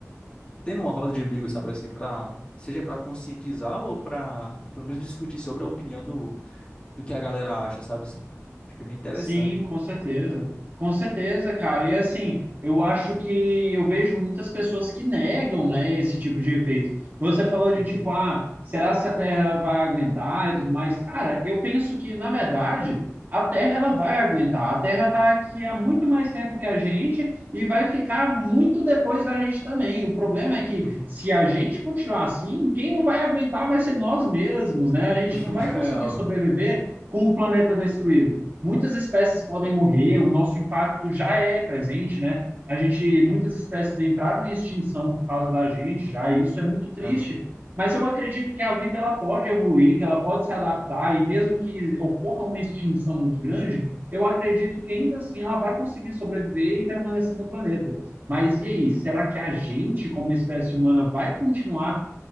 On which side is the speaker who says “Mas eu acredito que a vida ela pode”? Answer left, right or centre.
Right